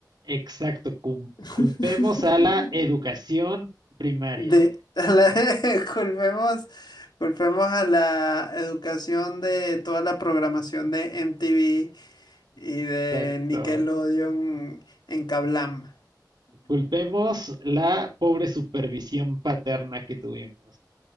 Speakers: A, on the right; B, on the left.
A: Exacto, cul-
B: <laughs>
A: culpemos a la educación primaria.
B: De, <laughs> a la- <laughs> culpemos, culpemos a la educación de toda la programación de MTV y
A: Exacto.
B: de Nickelodeon en Kablam.
A: Culpemos la pobre supervisión paterna que tuvimos.